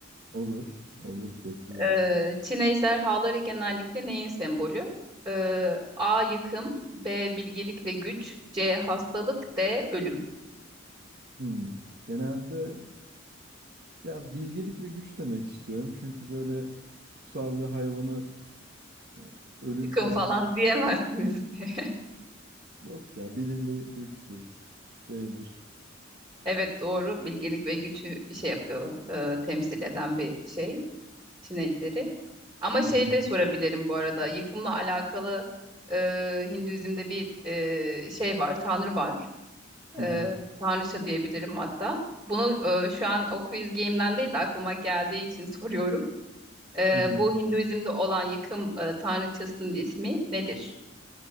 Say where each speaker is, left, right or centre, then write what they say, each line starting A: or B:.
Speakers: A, on the right; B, on the right.
A: Olur, olur bekliyorum.
B: Ee, Çin ejderhaları genellikle neyin sembolü? Ee, A. Yıkım, B. Bilgelik ve güç, C. Hastalık, D. Ölüm.
A: Hmm. Genelde ya bilgelik ve güç demek istiyorum. Çünkü böyle kutsal bir hayvanı e, ölüm
B: Yıkım
A: falan
B: falan
A: gibi.
B: diyemezsiniz <laughs> diye.
A: Yok ya bilim bir güçtür. B'dir.
B: Evet doğru bilgelik ve gücü şey yapıyor, e, temsil eden bir şey Çin ejderi. Ama şey
A: Hı hı,
B: de sorabilirim bu arada. Yıkımla alakalı e, Hinduizm'de bir e, şey var, tanrı var.
A: hı
B: E,
A: hı,
B: tanrıça diyebilirim hatta. Bunu e, şu an o quiz game'den değil de aklıma geldiği için <laughs> soruyorum. Ee,
A: hı hı.
B: bu Hinduizm'de olan yıkım e, tanrıçasının ismi nedir?